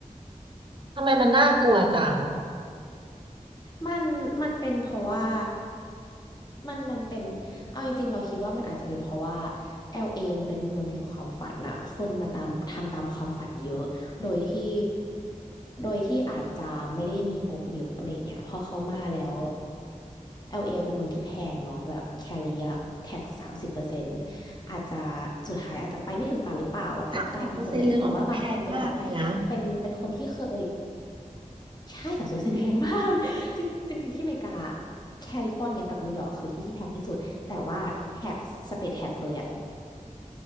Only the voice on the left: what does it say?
มันมันเป็นเพราะว่ามันมันเป็นเอาจริงๆเราคิดว่ามันอาจจะเป็นเพราะว่าแอลเอมันเป็นเมืองแห่งความฝันน่ะคนมาตามทำตามความฝันเยอะโดยที่โดยที่อาจจะไม่ได้มีงบเยอะอะไรอย่างเงี้ยพอเขามาแล้ว LA เอเป็นเมืองที่แพงเนาะแบบแคลิอะแท็กสามสิบเปอร์เซ็นต์อาจจะสุดท้ายอาจจะไปไม่ถึงฝันหรือเปล่าแล้วก็กลายเป็นโฮมเลสหรือว่าบางคนเป็นแบบ
เป็นเป็นคนที่เคย ใช่สามสิบเปอร์เซ็นต์แพงมาก <laughs> จริงจริงๆที่อเมริกาแคลิฟอร์เนียกับนิวยอร์กคือที่ที่แพงที่สุด แต่ว่าแท็กสเตทแทกเลยอ่ะ